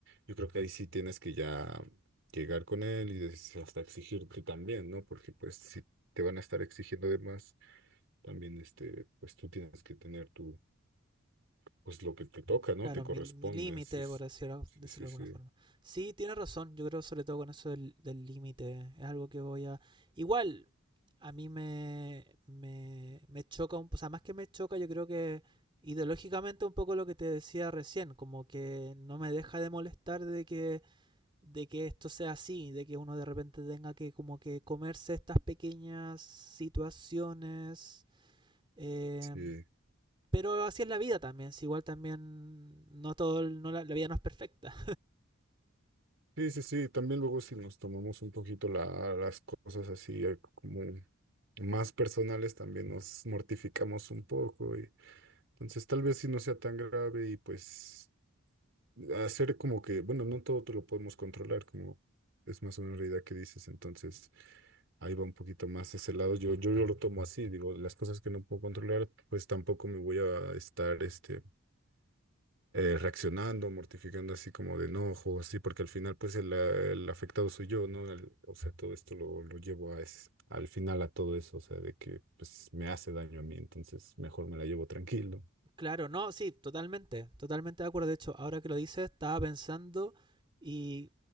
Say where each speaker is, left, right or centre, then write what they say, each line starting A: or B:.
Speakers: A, on the right; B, on the right.
A: yo creo que ahí sí tienes que ya llegar con él y des- hasta exigir tú también, ¿no? Porque pues si te van a estar exigiendo de más, también, este, pues tú tienes que tener tu, pues lo que te toca, ¿no?
B: Claro,
A: Te corresponde,
B: mi, mi límite,
A: sí, sí,
B: por decirlo,
A: sí,
B: decirlo
A: sí,
B: de
A: sí,
B: alguna forma. Sí, tienes razón, yo creo sobre todo con eso del del límite, es algo que voy a... Igual, a mí me, me, me choca, un- o sea, más que me choca, yo creo que ideológicamente un poco lo que te decía recién, como que no me deja de molestar de que, de que esto sea así, de que uno de repente tenga que como que comerse estas pequeñas situaciones. eh,
A: sí.
B: pero así es la vida también, si igual también no todo, el- no la, la vida no es perfecta.
A: Sí, sí, sí, también luego si nos tomamos un poquito la- las cosas así eh, como más personales, también nos mortificamos un poco. Y, entonces tal vez si no sea tan grave y pues hacer como que, bueno, no todo te lo podemos controlar, como es más una realidad que dices, entonces ahí va un poquito más ese lado. Yo, yo, yo lo tomo así, digo, las cosas que no puedo controlar, pues tampoco me voy a estar, este eh, reaccionando, mortificando así como de enojo, así, porque al final pues el, eh, el afectado soy yo, ¿no? Al- o sea, todo esto lo, lo llevo a ese- al final a todo eso, o sea, de que pues me hace daño a mí, entonces mejor me la llevo tranquilo.
B: Claro, no, sí, totalmente, totalmente de acuerdo. De hecho, ahora que lo dices, estaba pensando y